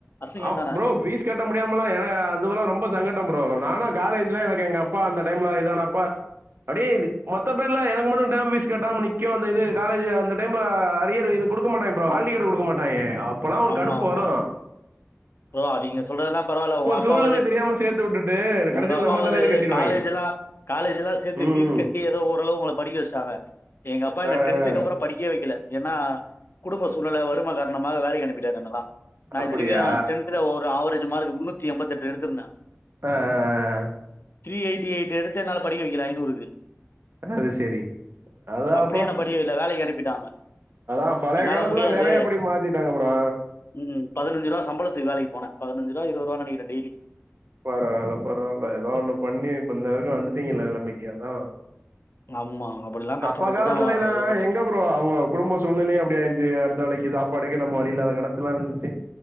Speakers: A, on the left (about 60°); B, on the right (about 60°).
A: அசிங்கம்
B: அவ்
A: தானே
B: ப்ரோ வீஸ் கட்ட முடியாமலா எனா அதுவெல்லா ரொம்ப சங்கட்டம் ப்ரோ நான காலேஜ்லா எனக்கு எங்க அப்பா அந்த டைம்ல இது ஆனப்பா அப்டியே ந்தி மொத்த பேர்ல எனக்கு மட்டு டேம் ஃபீஸ் கட்டமா நிக்கு அந்த இது காலேஜ் அந்த டைம்ல அரியர் இது குடுக்க மாட்டாங்க ப்ரோ ஹால்டிக்கெட்டு குடுக்க மாட்டாய்ங்க அப்பல்லா ஒரு
A: ஆமா
B: கடுப்பு
A: ஆமா
B: வரு
A: ப்ரோ நீங்க சொல்றது எல்லாம் பரவால உங்க அப்பாவது
B: சூழ்நிலை தெரியாம சேத்து விட்டுட்டு கடைசில
A: உங்க அப்பாவது
B: நம்ம தலையில கட்டிருவாய்ங்க
A: காலேஜ் எல்லாம் காலேஜ் எல்லாம் சேர்த்து
B: ம்
A: ஃபீஸ் கட்டி ஏதோ ஓரளவு உங்க படிக்க வெச்சுடாக எங்கப்பா என்
B: ஆ
A: டென்த்துக்கு
B: ஆ
A: அப்புறம் படிக்கவெ வெக்கல ஏன்னா குடும்ப சூழ்நிலை வரும் காரணமா வேலைக்கு அனுப்பிட்டாரு என்னலா நான்
B: அப்படியா
A: இதுவரைக்கும் டென்ந்துல ஒரு ஆவரேஜ் மார்க் முன்நூத் எம்பத்து எட்டு எடுத்து இருந்தேன்
B: ஆ ஆ ஆ
A: த்ரீ ஏய்ட்டி ஏய்டு எடுத்து என்னால படிக்க வெக்கல ஐநூறுக்கு
B: அது செரி அது
A: அப்படியே
B: அப்புறம்
A: நான் படிக்க வைக்கல வேலைக்கு அனுப்பிட்டாங்க
B: அதான் பழைய
A: என்னால
B: காலத்துலலாம்
A: முடியாது
B: நெறைய அப்படி மாத்திட்டாங்க ப்ரோ
A: ம் பதினஞ்சு ரூபா சம்பளத்துக்கு வேலைக்கு போனா பதினஞ்சு ரூபா இருபது ரூபா நெனைக்கிறேன் டெய்லி
B: பரவால பரவால்ல ஏதாவது ஒண்ணு பண்ணி இப்ப இந்தளவுக்கு வந்துட்டீங்கல்ல நல்ல நிலமைக்கு அதான்
A: ஆமா அப்படிலாம் கஷ்டப்பட்டு
B: அப்பா காலத்துல
A: தான்
B: எல்லாம்
A: இது பண்ணது
B: எங்க ப்ரோ அவங்க குடும்ப சூழ்நிலையும் அப்படி ஆயிடுச்சு அடுத்து வேலைக்கு சாப்பாடுக்கு நம்ம வழியில்லாத கணத்ததுல இருந்துச்சு